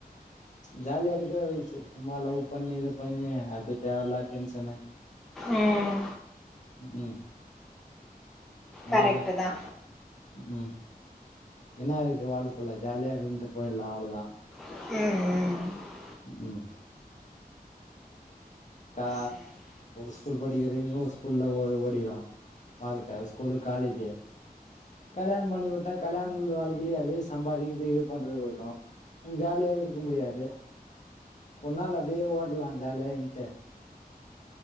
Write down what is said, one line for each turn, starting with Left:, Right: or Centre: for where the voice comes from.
Left: ஜாலியா இருக்கிற வயசு சும்மா லவ் பண்ணி இது பண்ணினு அது தேவையில்லாத டென்ஷனு
Centre: ம்
Left: ம் அதுதா,
Centre: கரெக்ட் தா
Left: ம் என்ன இருக்கு வாழ்க்கல்ல ஜாலியா இருந்துட்டு போயிடலா அவ்ளோதா
Centre: ம், ம்
Left: ம் கா
Centre: சரி
Left: ஸ்கூல் படிக்கிறீங்க ஸ்கூல் லவ் ஓடிடு வாழ்க்க அது ஸ்கூலு காலேஜு கல்யாண் பண்ணி உட்டா கல்யாண வாழ்க்கிலே அது சம்பாதிக்கறது இது பண்றது வரு ஜாலியாவே இருக்க முடியாது ஒரு நாள் அப்டே ஓட்லா ஜாலியா இன்ட்டு